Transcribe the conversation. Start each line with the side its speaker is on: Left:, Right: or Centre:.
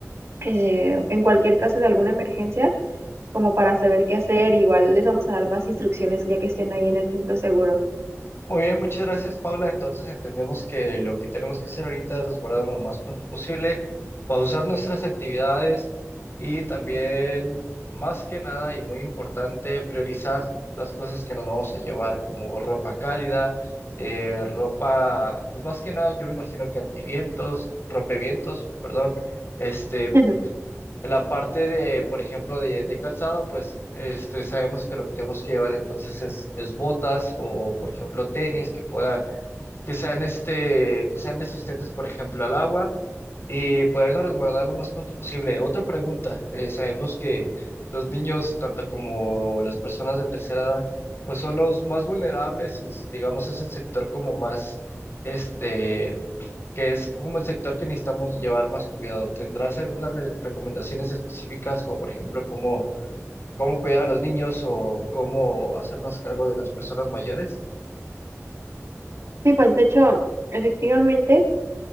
Right: eh, en cualquier caso de alguna emergencia, como para saber qué hacer. Igual les vamos a dar más instrucciones ya que estén ahí en el punto seguro.
Left: Muy bien, muchas gracias, Paula. Entonces entendemos que lo que tenemos que hacer ahorita es resguardarnos lo más pronto posible, pausar nuestras actividades y también, más que nada y muy importante, priorizar las cosas que nos vamos a llevar, como ropa cálida, eh, ropa, pues más que nada, yo me imagino que antivientos, rompevientos, perdón, este,
Right: <laughs>
Left: la parte de, por ejemplo, de, de calzado, pues este, sabemos que lo que tenemos que llevar entonces es, es botas o, por ejemplo, tenis que puedan, que sean, este, que sean resistentes, por ejemplo, al agua y podernos resguardar lo más pronto posible. Otra pregunta, eh, sabemos que los niños, tanto como las personas de tercera edad, pues son los más vulnerables y digamos es el sector como más, este, que es como el sector que necesitamos llevar más cuidado. ¿Tendrás algunas re- recomendaciones específicas, como por ejemplo cómo, cómo cuidar a los niños o cómo hacernos cargo de las personas mayores?
Right: Sí, pues de hecho, efectivamente,